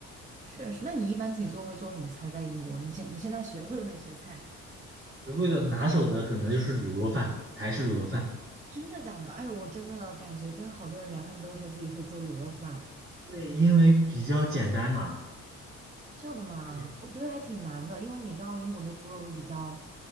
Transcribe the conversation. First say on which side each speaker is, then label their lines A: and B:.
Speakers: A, on the right; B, on the right.
A: 确实。那你一般自己做会做什么菜？
B: 对，
A: 在英国，你现你现在学会的那些菜？
B: 德惠的拿手的可能就是卤肉饭，台式卤肉饭。
A: 真的假的？哎，我真的感觉跟好多人聊，他们都说自己会做卤肉饭，
B: 对，因为比较简单嘛。
A: 这样的吗？
B: 对，
A: 我觉得还挺难的，因为你知道英国的猪肉都比较，